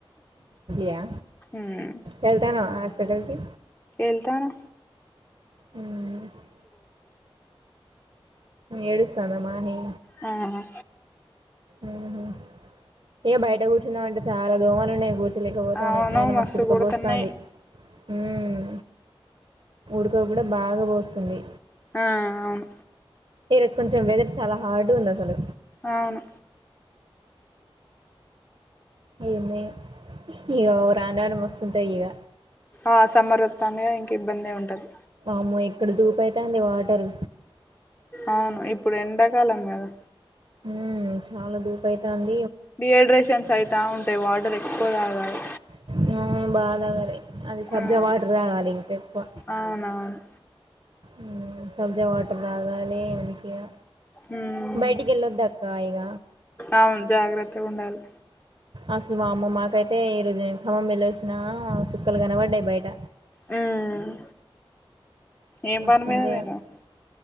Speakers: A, on the right; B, on the left.
A: యా
B: మ్మ్
A: వెళ్తాన్నావ హాస్పిటల్కి
B: వెళ్తాన
A: మ్మ్ ఏడుస్తాంద మాహి
B: మ్మ్
A: మ్మ్ ఏ బయట కూర్చున్నావంట చాలా దోమలు ఉన్నాయి కూర్ లేకపోతాను
B: అవును
A: ఆయన
B: మస్తు
A: మస్తుడుకుబోస్తంది
B: కుడుతున్నాయి
A: మ్మ్ ఊడితో కూడా బాగా పోస్తుంది
B: ఆ అవును
A: ఈ రోజు కొంచెం వెదర్ చాలా హార్డ్ ఉంది అసలు
B: అవును
A: ఏంది ఇగా రాను రాను మస్తుంటాయి ఇగ
B: ఆ సమ్మర్ వత్తాందిగా ఇంకా ఇబ్బందే ఉండదు
A: అమ్మో ఇక్కడ దూపయితాంది వాటర్
B: అవును ఇప్పుడు ఎండాకాలం కదా
A: మ్మ్ చాలా దూపయితాంది
B: డిహైడ్రేషన్స్ అయితా ఉంటాయి వాటర్ ఎక్కువ తాగాలి
A: మ్మ్ బాగా తాగాలి అది సబ్జా
B: అవును
A: వాటర్ తాగాలి ఇంకా ఎక్కువ
B: అవునవును
A: మ్మ్ సబ్జా వాటర్ తాగాలి మంచిగా
B: మ్మ్
A: బయటికెల్లోద్దక్క ఇగ
B: అవును జాగ్రత్తగా ఉండాలి
A: అసలు మా అమ్మ మాకైతే ఈ రోజు నేను ఖమ్మం వెళ్ళొచ్చినా చుక్కలు కనపడ్డాయి బయట
B: మ్మ్ ఏం
A: మస్తుండే
B: పని మీద పోయినావ్
A: అసలు